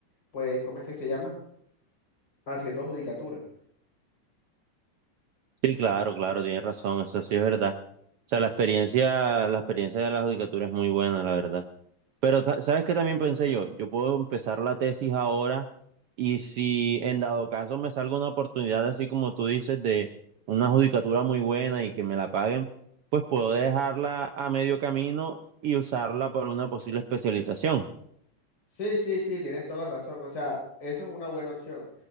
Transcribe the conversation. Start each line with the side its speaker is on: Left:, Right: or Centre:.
Left: pues, ¿cómo es que se llama? Haciendo judicatura.
Right: Sí, claro, claro, tienes razón, eso sí es verdad. O sea, la experiencia, la experiencia de la judicatura es muy buena, la verdad. Pero, ta- ¿sabes qué también pensé yo? Yo puedo empezar la tesis ahora y si en dado caso me salga una oportunidad, así como tú dices, de una judicatura muy buena y que me la paguen, pues puedo dejarla a medio camino y usarla para una posible especialización.
Left: Sí, sí, sí, tienes toda la razón. O sea, eso es una buena opción.